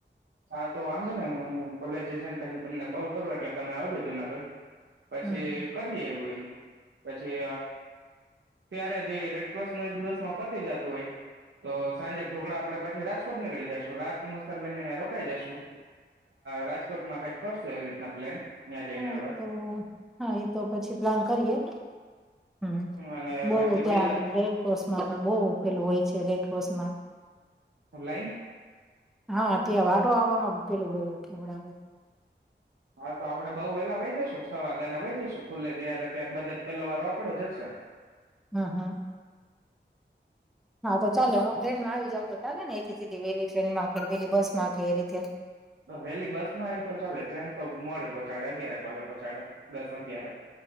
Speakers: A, on the right (about 80°); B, in the centre.
A: હા, તો આમજો ને હું કોલેજ એજછી તમને કોલ કરું એટલે તમે આવજો જુનાગઢ પછી
B: હમ
A: કરીએ એવડું પછી ત્યારે જે રેડ્રોસ ન એક દિવસમાં પતી જતું હોય, તો સાંજે ઢોકળા આપડે પછી રાજકોટ નીકળી જશું રાત મુસ્કાનબેનો કઈ જશું, રાજકોટમાં કઈક કરશો એવી રીતના પ્લેન ત્યાં જઈને
B: હા
A: હવે
B: એ તો હા એ તો પછી પ્લાન કરીએ, હમ
A: અને
B: બઉ
A: પછી
B: ત્યાં
A: બીજા
B: રેડ ક્રોસમાં પણ બહુ ઉેલું હોય છે, રેડ ક્રોસ માં
A: ઓનલાઈન
B: હા, ત્યાં વારો આવવામાં પેલું બહ કેવડાવે
A: હા તો આપડે બઉ વેલા વહી જશુ છ વાગ્યા ના વહી જશું, ખુલે જ્યારે ત્યારબદ પેલો વારોપડો જશે,
B: હા હા હા તો ચાલે હું ટ્રેનમાં આવી જાઉં તો ચાલે ને એથી સીધી વેલી ટ્રેન માં કેે વેલી બસ માં એ રીતે
A: વેહેલી બસ નો આવી તો ચાલે ટ્રેન તો મોડીે પહોચાડે અગિયારક વાગે પહોંચાડે દસ અગિયાર